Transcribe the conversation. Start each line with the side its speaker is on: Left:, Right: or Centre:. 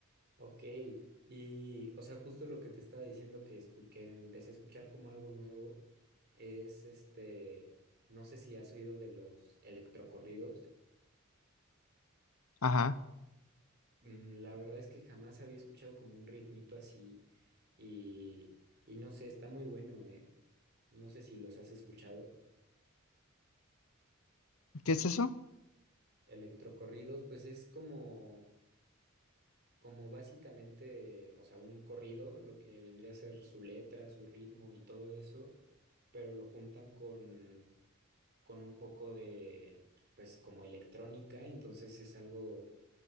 Right: Ok, y o sea, justo lo que te estaba diciendo que, escu- que empecé a escuchar como algo nuevo es este, no sé si has oído de los electrocorridos.
Left: Ajá.
Right: Mm, la verdad es que jamás había escuchado como un ritmito así y, y no sé, está muy bueno, ¿eh? No sé si los has escuchado.
Left: ¿Qué es eso?
Right: Electrocorridos, pues es como, como básicamente, o sea, un corrido, lo que vendría a ser su letra, su ritmo y todo eso, pero lo juntan con con un poco de, pues como electrónica, entonces es algo,